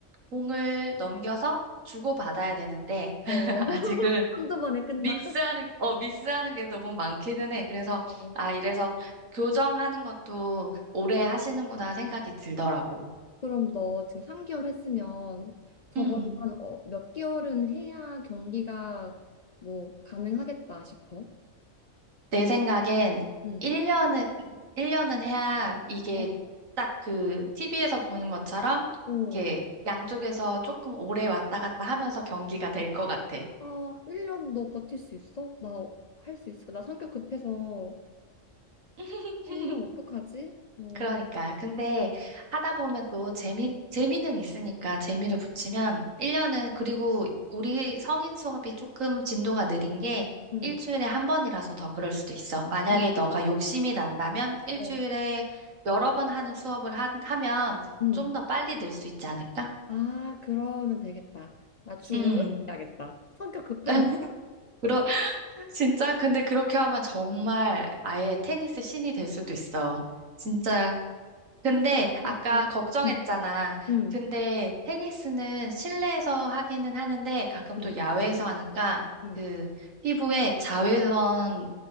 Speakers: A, on the right (about 75°); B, on the left (about 50°).
A: 공을 넘겨서 주고받아야 되는데, <laughs>
B: 어. <laughs>
A: 아직은
B: 한두 번에 끝나.
A: 미스하는, 어, 미스하는 게 너무 많기는 해. 그래서,
B: 어.
A: 아, 이래서 교정하는 것도 오래 하시는구나 생각이 들더라고.
B: 그럼 너 지금 3개월 했으면 적어도
A: 음,
B: 한 어, 몇 개월은 해야 경기가 뭐 가능하겠다 싶어.
A: 내 생각엔
B: 음.
A: 1년은, 일 년은 해야 이게
B: 어,
A: 딱 그 TV에서 보는 것처럼
B: 오.
A: 이렇게 양쪽에서 조금 오래 왔다 갔다 하면서 경기가 될 것 같아.
B: 아, 1년 너 버틸 수 있어? 나 할 수 있어. 나 성격 급해서
A: <laughs>
B: 1년 어떡하지? 어.
A: 그러니까. 근데 하다 보면 또 재미, 재미는 있으니까 재미를 붙이면 1년은, 그리고 우리 성인 수업이 조금 진도가 느린 게
B: 음.
A: 일주일에 한 번이라서 더 그럴 수도 있어. 만약에
B: 음,
A: 너가 욕심이 난다면 일주일에
B: 어.
A: 여러 번 하는 수업을 하, 하면
B: 음.
A: 좀 더 빨리 늘 수 있지 않을까?
B: 아, 그러면 되겠다. 나 주
A: 음.
B: 5일 해야겠다. 성격 급하니까.
A: <laughs> 그러, 진짜? 근데 그렇게 하면 정말 아예 테니스 신이 될 수도 있어. 진짜 근데
B: 아, 너무
A: 아까
B: 웃겨.
A: 걱정했잖아.
B: 응, 응,
A: 근데 테니스는 실내에서 하기는 하는데 가끔
B: 응,
A: 또 야외에서 하니까
B: 응.
A: 그 피부에 자외선